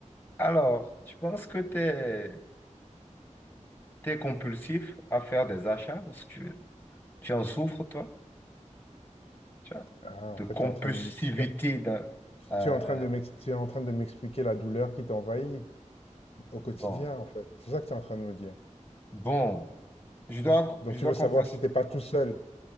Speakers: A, on the left; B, on the left.
A: Alors, tu penses que tu es, compulsif à faire des achats? Est-ce que tu, tu en souffres, toi? Tu vois,
B: Ah, en
A: de
B: fait,
A: compulsivité
B: tu es en train de m'ex- tu,
A: dans- euh,
B: tu es en train de
A: euh,
B: m'ex- tu es en train de m'expliquer la douleur qui t'envahit au quotidien,
A: bon,
B: en fait. C'est ça que tu es en train de me dire.
A: bon, je dois,
B: Pour- Donc,
A: je
B: tu
A: dois
B: veux
A: confesser.
B: savoir si t'es pas tout seul.